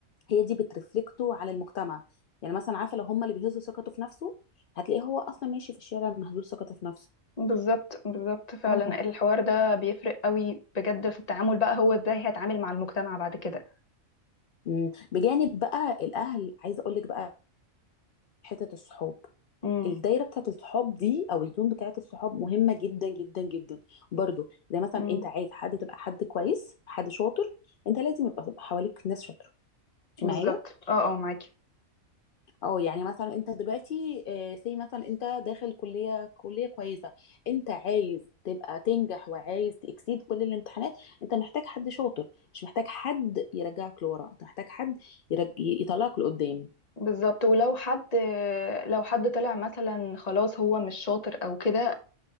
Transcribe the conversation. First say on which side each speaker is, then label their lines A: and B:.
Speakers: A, on the left; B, on the left.
A: هي دي بترفلكته على المجتمع يعني مثلا عارفه لو هم اللي بيهزوا ثقته في نفسه هتلاقيه هو اصلا ماشي في الشارع مهزوز ثقته في نفسه
B: بالظبط بالظبط فعلا
A: اه
B: الحوار ده بيفرق قوي بجد في التعامل بقى هو ازاي هيتعامل مع المجتمع بعد كده
A: أمم. بجانب بقى الاهل عايزه اقول لك بقى حته الصحاب
B: امم
A: الدايره بتاعت الصحاب دي او الزون بتاعت الصحاب مهمه جدا جدا جدا برضو زي مثلا
B: امم
A: انت عايز حد تبقى حد كويس حد شاطر انت لازم يبقى حواليك ناس شاطره انت
B: بالظبط
A: معايا
B: اه اه معاكي
A: اه يعني مثلا انت دلوقتي سي مثلا انت داخل كلية كلية كويسة انت عايز تبقى تنجح وعايز تكسيد كل الامتحانات انت محتاج حد شاطر مش محتاج حد يرجعك لورا انت محتاج حد يرج... يطلعك لقدام
B: بالظبط ولو حد لو حد طلع مثلا خلاص هو مش شاطر او كده